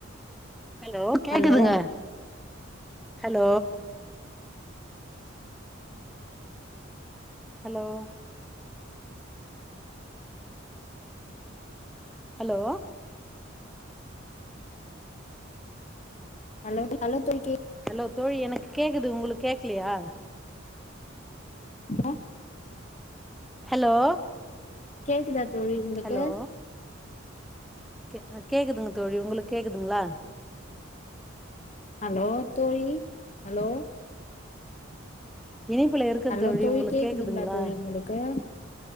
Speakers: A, in the centre; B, on the left (about 35°).
A: ஹலோ கேக்குதுங்க
B: ஹலோ
A: hello hello hello
B: hello hello தோழி கேக்
A: ஹலோ தோழி எனக்கு கேக்குது உங்ளுக்கு கேக்லையா
B: <unintelligible>
A: ஹலோ
B: கேக்குதா தோழி உங்ளுக்கு
A: ஹலோ கே அ கேக்குதுங்க தோழி உங்ளுக்கு கேக்குதுங்ளா
B: ஹலோ தோழி ஹலோ
A: இனைப்புல இருக்க
B: ஹலோ
A: தோழி உங்ளுக்கு
B: கேக்குதுங்களா
A: கேக்குதுங்ளா
B: தோழி உங்களுக்கு